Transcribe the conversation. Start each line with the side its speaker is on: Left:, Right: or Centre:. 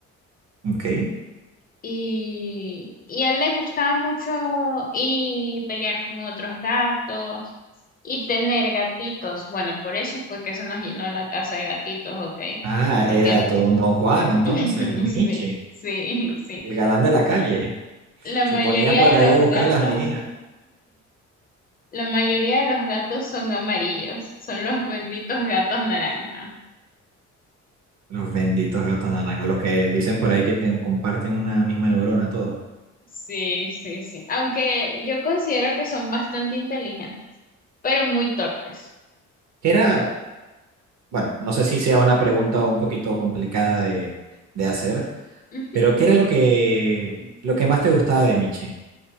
Right: Ujú. Ok.
Left: Y, y a él le gustaba mucho ir y pelear con otros gatos y tener gatitos. Bueno, por eso fue que se nos llenó la casa de gatitos, ¿ok?
Right: Ah,
Left: Porque
Right: era todo un Don Juan entonces,
Left: <laughs>
Right: el Michi,
Left: sí, sí, sí.
Right: el galán de la calle.
Left: La
Right: Se
Left: mayoría
Right: ponía por
Left: de
Right: ahí
Left: los
Right: a buscar
Left: gatos
Right: a las meninas.
Left: La mayoría de los gatos son amarillos, son los benditos gatos naranja.
Right: Los benditos gatos naranjas, los que dicen por ahí que te- comparten una misma neurona todos.
Left: Sí, sí, sí. Aunque yo considero que son bastante inteligentes, pero muy torpes.
Right: Que era, bueno, no sé si sea una pregunta un poquito complicada de, de hacer,
Left: Ujú,
Right: pero ¿qué era lo que, lo que más te gustaba de Michi?